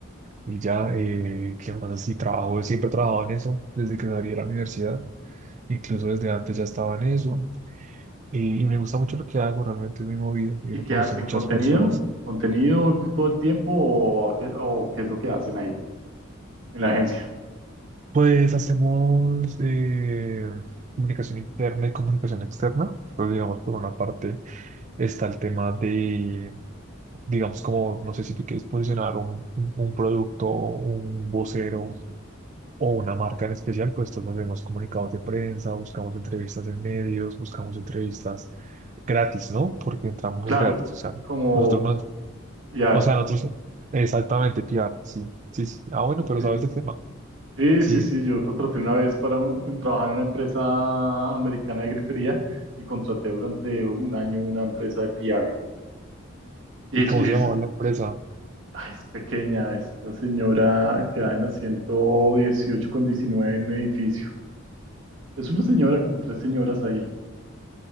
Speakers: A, on the right (about 35°); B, on the right (about 70°).
A: y ya, eh, ¿qué más así? Trabajo, siempre trabajaba en eso, desde que salí de la universidad, incluso desde antes ya estaba en eso. Y, y me gusta mucho lo que hago, realmente es muy movido, yo
B: y
A: no
B: qué
A: conocí
B: hacen?
A: muchas
B: ¿Contenido?
A: personas.
B: ¿Contenido cu- todo el tiempo o qué, o qué es lo que hacen ahí en la agencia?
A: Pues hacemos eh, comunicación interna y comunicación externa. Pues digamos, por una parte está el tema de, digamos, como, no sé si tú quieres posicionar un, un, un producto, un vocero, o una marca en especial, pues entonces hacemos comunicados de prensa, buscamos entrevistas en medios, buscamos entrevistas gratis, ¿no? Porque entramos
B: Claro,
A: es gratis, o sea,
B: como
A: nosotros no,
B: PR.
A: o sea, nosotros, exactamente, PR, sí, sí, sí, ah, bueno,
B: Ok.
A: pero sabes el tema,
B: Sí,
A: sí,
B: sí, sí, yo contraté una vez para un- un- trabajar en una empresa americana de grifería y contraté durante un año una empresa de PR. Y
A: ¿y
B: es,
A: cómo
B: y es-
A: se llamaba la empresa?
B: ay, es pequeña, esta señora queda en la 118 con 19 en el edificio. Es una señora, como tres señoras ahí